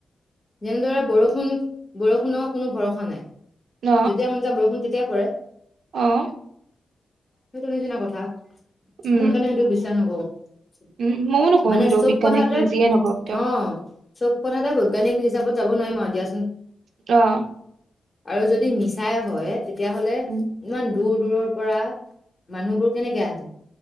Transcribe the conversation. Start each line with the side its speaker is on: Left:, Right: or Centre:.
Left: যেনেদৰে বৰষুণ, বৰষুণৰ কোনো ভৰষা নাই।
Right: ন
Left: যেতিয়া মন যায় বৰষুণ তেতিয়াই পৰে।
Right: অ'।
Left: সেইটো নিচিনা কথা,
Right: উম
Left: মোৰ কাৰণে সেইটো বিশ্বাস নকৰো।
Right: উম ময়ো নকওঁ
Left: মানে
Right: সেইটো
Left: চব
Right: বিজ্ঞানে
Left: কথাতে
Right: কি যিয়ে নকওক কিয়
Left: অ'। চব কথাতে বৈজ্ঞানিক হিচাপত যাব নোৱাৰিম আৰু দিয়াচোন।
Right: অ'।
Left: আৰু যদি মিছাই হয় তেতিয়াহ'লে
Right: উম
Left: ইমান দূৰ দূৰৰ পৰা মানুহবোৰ কেনেকে আহে?